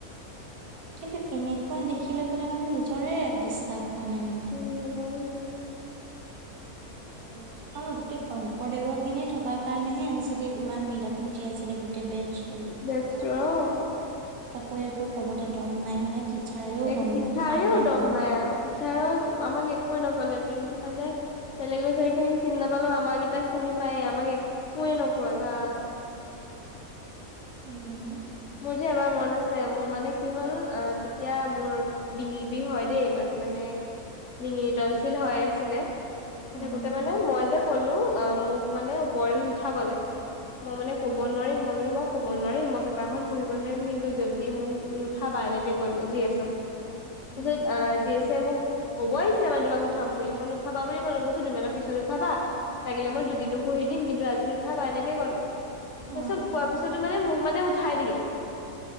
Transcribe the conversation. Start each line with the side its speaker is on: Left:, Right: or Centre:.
Right: কিন্তু এনেকুৱা দেখি লৈ পেলাই মানে নিজৰে বিশ্বাস হোৱা নাই মানে।
Left: উম
Right: <unintelligible> কাৰণ গোটেই শংকৰদেৱৰ খিনি থকাৰ কাৰণেহে এম চি ডিত ইমান মিলা প্ৰীতি আছিলে, গোটেই বেটছ <unintelligible>
Left: বেচটো অ
Right: কাকো একো ক'বলে দম নাই হয়নে টিচাৰেও
Left: এ,
Right: দম
Left: টিচাৰেও
Right: চাহ নকৰে।
Left: দম নাই, টিচাৰে আমাক একোৱে নকলে প্ৰিন্সিপালে বেলেগ ল'ৰা ছোৱালী খিনিক চিনি নাপালেও আমাক কেইটাক চিনি পায় আমাক একোৱে নকয় বা
Right: উম।
Left: মোৰ যে এবাৰ মনত আছে, মোৰ মানে কি হ'ল অ' তেতিয়া মোৰ ডিঙি বিৰ হয় দেই মা-মানে, ডিঙিৰ টনঞ্চিল হৈ আছিলে।
Right: উম
Left: হৈ থাকোতে মানে মই যে ক'লো অ' মোক মানে ওপৰলে নুঠাবলে। মই মানে
Right: উম
Left: ক'ব নোৱাৰিম, মই বোলে মই ক'ব নোৱাৰিম ম পেপাৰখন পঢ়িব নোৱাৰিম কিন্তু জল্দি মোক নুঠাবা এনেকে ক'লো জি এছ অক।
Right: উম
Left: তাৰপাছত অ' জি এছ এ মোক ক'বই আহিছিলে মানে তোমাক উঠাম বুলি মই নুঠাবা বুলি ক'লো মই দুমানৰ পিছত উঠাবা লাগিলে মই দুদিনো পঢ়ি দিম কিন্তু আজি নুঠাবা এনেকে ক'লো।
Right: উম
Left: তাৰপিছত কোৱাৰ পিছতো মানে মোক মানে উঠাই দিলে।